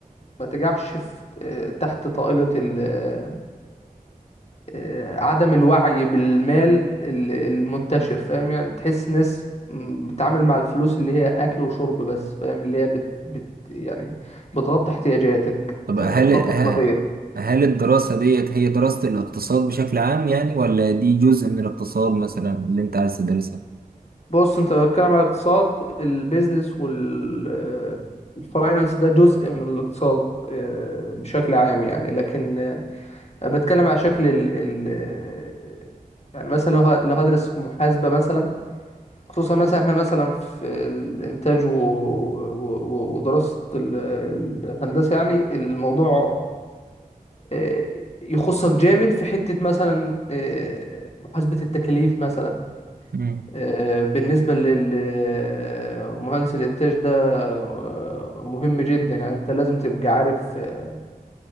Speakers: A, on the left; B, on the right.
A: ما تجعش في آه، تحت طائلة ال- آه، عدم الوعي بالمال ال- المنتشر فاهم يعني تحس ناس م- بتتعامل مع الفلوس اللي هي أكل وشرب بس فاهم اللي هي بت بت يعني بتغطي احتياجاتك
B: طب
A: آه،
B: هل
A: فقط
B: ه-
A: لا غير
B: هل الدراسة ديت هي دراسة الاقتصاد بشكل عام يعني ولا دي جزء من الاقتصاد مثلا اللي انت عايز تدرسها؟
A: بص انت بتتكلم على الاقتصاد البيزنس والفاينانس ده جزء من الاقتصاد آه، بشكل عام يعني لكن آه، انا بتكلم على شكل ال ال آه، يعني مثلا لو ه- لو هدرس في محاسبة مثلا خصوصا مثلا احنا مثلا في الانتاج و- و- و- ودراسة ال- الهندسة يعني الموضوع آه، يخصك جامد في حتة مثلا آه، محاسبة التكاليف مثلا
B: مم.
A: آه، بالنسبة للمهندس الإنتاج ده آه، مهم جدا يعني أنت لازم تبقى عارف آه،